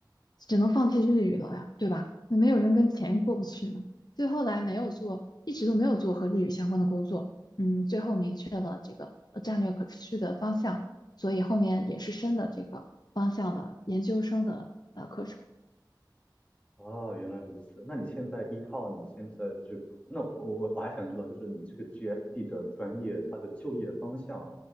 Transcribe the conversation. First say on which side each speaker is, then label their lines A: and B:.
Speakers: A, on the left (about 60°); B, on the left (about 15°).
A: 只能放弃日语了呀，对吧？那没有人跟钱过不去呢，所以后来没有做，一直都没有做和日语相关的工作，嗯，最后明确了这个呃战略可持续的方向。所以后面也是深的这个方向的研究生的呃课程。
B: 哦，原来如此。那你现在依靠你现在这个，那我我我还想知道，就是你这个 GSD 的专业，它的就业方向